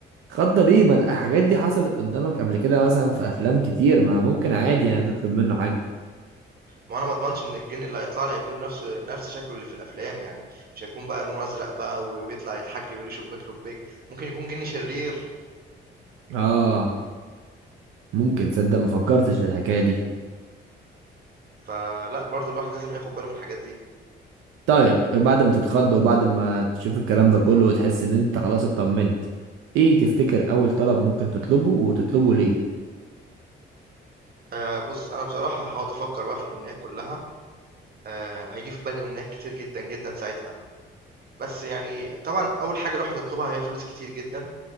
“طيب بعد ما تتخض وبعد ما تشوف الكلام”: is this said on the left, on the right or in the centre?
Right